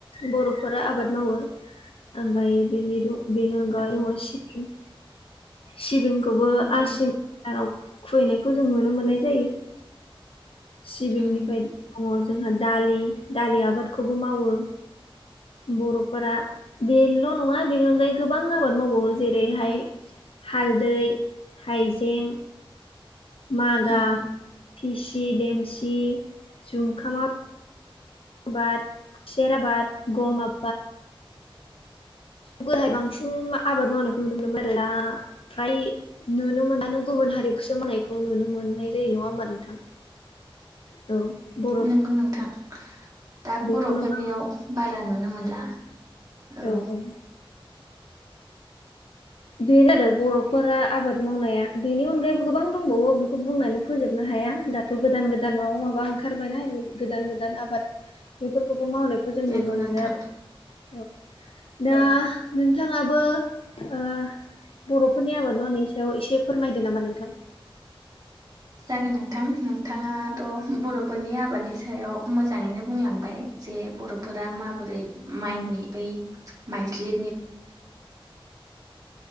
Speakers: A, on the left (about 75°); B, on the right (about 40°).
A: बर'फोरा आबाद मावो ओमफाय बिनि द बिनि अनगायै
B: औ
A: दङ सिबिं सिबिंखौबो
B: नंगौ
A: आसिन गोदानाव खुबैनायखौ जों नुनो मोननाय जायो सिबिंनिफाय
B: उम
A: दङ जोंहा दालि दालि आबादखौबो मावो बर'फोरा बेल्ल' नङा बेनि अनगायै गोबां आबाद मावबावो जेरैहाय हालदै हाइजें मागा
B: उम
A: फिसि देमसि जुमखामा बाद खुसेर आबाद गम आब गोराहाय बांसिन आबाद मावनायखौ नुनो मोनोमोन आरोना फ्राय नुनो मोनबानो गुबुन हारिखौसो मोननायखौ नुनो मोननाय जायो नङा होमबा नोंथां
B: <inaudible>
A: औ ब
B: नोंगौ नोंथां दा
A: बेखौनो
B: बर'फोरनियाव बारा नुनो मोनला औ
A: औ औ बेनो <unintelligible> बर'फोरा आबाद मावनाया बेनि अनगायैबो गोबां दंबावो बेखौ बुंनानै फोजोबनो हाया दा गोदान गोदान माबा माबा ओंखारबायनाा गोदान गोदान आबाद बेफोरखौबो मावनाय खौ जों
B: नंगौ
A: नुनो
B: नोंथां
A: मोनो आरो औ दा
B: औ
A: नोंथाङाबो ओ बर'फोरनि आबाद मावनायनि सायाव इसे फोरमायदो नामा नोंथां
B: जागोन नोंथां नोंथाङाथ' बर'फोरनि आबादनि सायाव मोजाङैनो बुंलांबाय जे बर'फोरा माबोरै माइनि
A: औ
B: बै माइज्लिद